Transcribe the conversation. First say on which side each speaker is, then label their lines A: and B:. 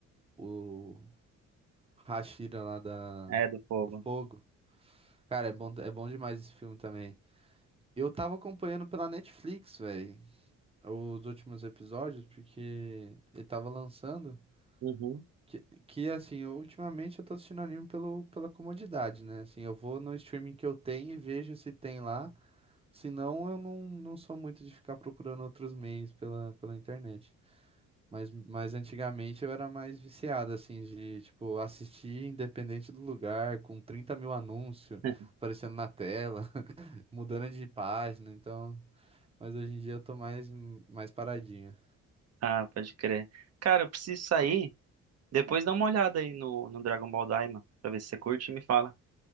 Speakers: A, on the right (about 20°); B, on the right (about 55°).
A: o Hashira lá da,
B: é do fogo.
A: do fogo. Cara, é bom, é bom demais esse filme também. Eu tava acompanhando pela Netflix, velho, os últimos episódios, porque ele tava lançando.
B: Uhum.
A: Que, que assim, eu, ultimamente eu tô assistindo anime pelo, pela comodidade, né? Assim, eu vou no streaming que eu tenho e vejo se tem lá. Se não, eu não, não sou muito de ficar procurando outros meios pela, pela internet. Mas, mas antigamente eu era mais viciado, assim, de, tipo, assistir independente do lugar, com trinta mil anúncios
B: <laughs>
A: aparecendo na tela, <laughs> mudando de página, então... Mas hoje em dia eu tô mais, mais paradinho.
B: Ah, pode crer. Cara, eu preciso sair. Depois dá uma olhada aí no, no Dragon Ball Daima, pra ver se você curte e me fala.